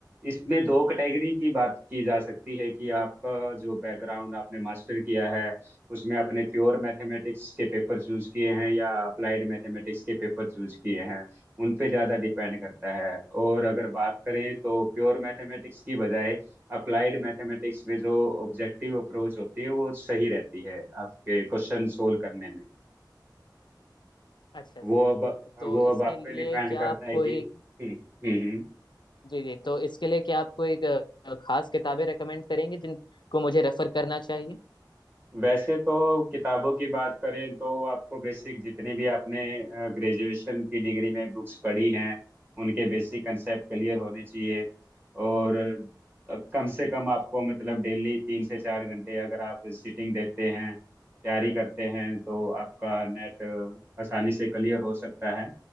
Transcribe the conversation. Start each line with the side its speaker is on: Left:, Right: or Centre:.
Right: इसमें दो कैटेगरी की बात की जा सकती है कि आपका जो बैकग्राउंड आपने मास्टर किया है उसमें आपने प्योर मैथमेटिक्स के पेपर चूज किए हैं या अप्लाइड मैथमेटिक्स के पेपर चूज किए हैं उन पे ज़्यादा डिपेंड करता है और अगर बात करें तो प्योर मैथमेटिक्स की बजाय अप्लाइड मैथमेटिक्स में जो ऑब्जेक्टिव अप्रोच होती है वो सही रहती है आपके क्वेश्चन सोल्व करने में
Left: अच्छा
Right: वो
Left: सर
Right: अब
Left: तो
Right: वो अब
Left: इसके
Right: आप
Left: लिए
Right: पे डिपेंड
Left: क्या
Right: करता
Left: आप
Right: है
Left: कोई
Right: कि हम्म हम्म हम्म।
Left: जी जी तो इसके लिए क्या आप कोई अ, खास किताबें रेकमेंड करेंगे जिनको मुझे रेफर करना चाहिए
Right: वैसे तो किताबों की बात करें तो आपको बेसिक जितने भी आपने ग्रेजुएशन की डिग्री में बुक्स पढ़ी हैं उनके बेसिक कंसेप्ट क्लियर होने चाहिए और अ, कम से कम आपको मतलब डेली तीन से चार घंटे अगर आप सिटिंग देते हैं तैयारी करते हैं तो आपका नेट आसानी से क्लियर हो सकता है